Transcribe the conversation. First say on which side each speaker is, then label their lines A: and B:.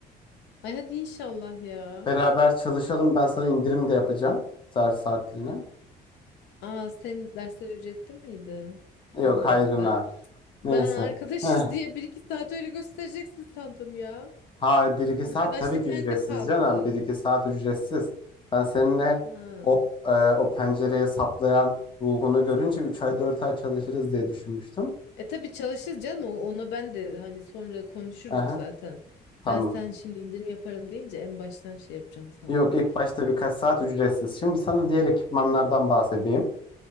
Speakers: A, on the left; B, on the left.
A: Ay hadi inşallah ya.
B: Beraber çalışalım. Ben sana indirim de yapacağım. Ders saatliğine.
A: Aa senin dersler ücretli miydi?
B: Yok
A: Bilmiyordum
B: hayrına.
A: ben. Ben
B: Neyse.
A: arkadaşız
B: Heh.
A: <laughs> diye bir iki saat öyle göstereceksin sandım ya.
B: Ha, bir iki
A: Arkadaşlık
B: saat tabii ki
A: nerede
B: ücretsiz
A: kaldı?
B: canım. Bir iki saat ücretsiz. Ben seninle
A: Ha.
B: o, e, o pencereye saplayan ruhunu görünce 3 ay 4 ay çalışırız diye düşünmüştüm.
A: E tabii çalışırız canım. O- Ona ben de hani sonra konuşurduk
B: Aha,
A: zaten.
B: tamam.
A: Ben sen şimdi indirim yaparım deyince en baştan şey yapacaksın sandım.
B: Yok ilk başta birkaç saat ücretsiz. Şimdi sana diğer ekipmanlardan bahsedeyim.